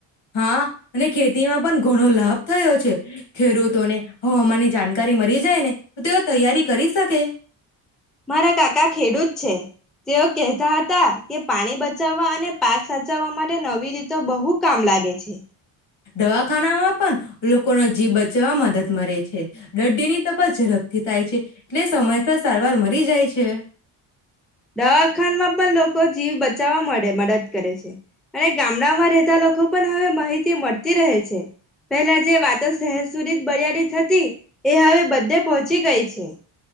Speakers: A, on the left; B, in the centre.
A: હા, અને ખેતીમાં પણ ઘણો લાભ થયો છે, ખેડૂતોને હવામાની જાણકારી મળી જાય ને તો તેઓ તૈયારી કરી શકે.
B: મારા કાકા ખેડૂત છે. તેઓ કેહેતા હતા કે પાણી બચાવવા અને પાક સાચવવા માટે નવી રીતો બહુ કામ લાગે છે.
A: દવાખાનામાં પણ લોકોનો જીવ બચવા મદદ મરે છે. દરદીની તપાસ ઝડપથી થાય છે, એટલે સમયસર સારવાર મરી જાય છે.
B: દવાખાનમાં પણ લોકો જીવ બચાવવા મળે મદદ કરે છે, અને ગામડામાં રહેતા લોકો પણ હવે માહિતી મળતી રહે છે, પેલા જે વાતો શહેર સુધી જ મર્યાદિત હતી. એ હવે બધે પહોંચી ગઈ છે.